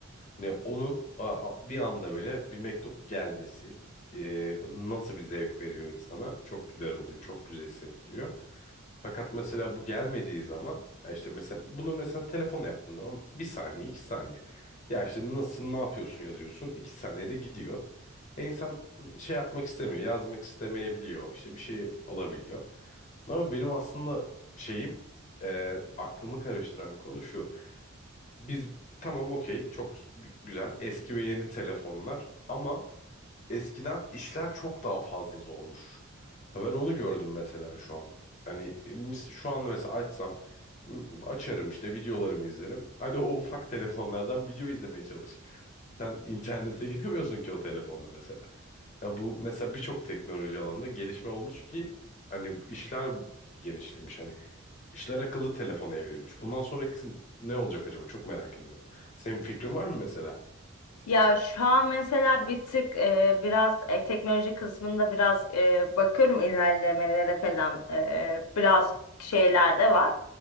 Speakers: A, on the left; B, on the left.
A: Hani onun a- a- bir anda böyle bir mektup gelmesi e, nasıl bir zevk veriyor insana? Çok güzel oluyor, çok güzel hissettiriyor. Fakat mesela bu gelmediği zaman ya işte mesela bunu mesela telefonla yaptığın zaman bir saniye, iki saniye. Ya işte nasılsın, ne yapıyorsun yazıyorsun. İki saniyede gidiyor. E insan şey yapmak istemiyor, yazmak istemeyebiliyor. İşte bir şey olabiliyor. Ama benim aslında şeyim, e, aklımı karıştıran konu şu. Biz tamam okey, çok gü- güzel eski ve yeni telefonlar ama eskiden işler çok daha fazla zormuş. Ha, Ben onu gördüm mesela şu an. Hani e, mis- şu an mesela açsam m- açarım işte videolarımı izlerim. Hadi o ufak telefonlardan video izlemeye çalış. Sen internete <laughs> giremiyorsun ki o telefonla mesela. Ya bu mesela birçok teknoloji alanında gelişme olmuş ki hani işler genişlemiş. Hani İşler akıllı telefona evrilmiş. Bundan sonrakisi ne olacak acaba? Çok merak ediyorum. Senin fikrin var mı mesela?
B: Ya şu an mesela bir tık e, biraz e, teknoloji kısmında biraz e, bakıyorum ilerlemelere falan E, biraz şeyler de var.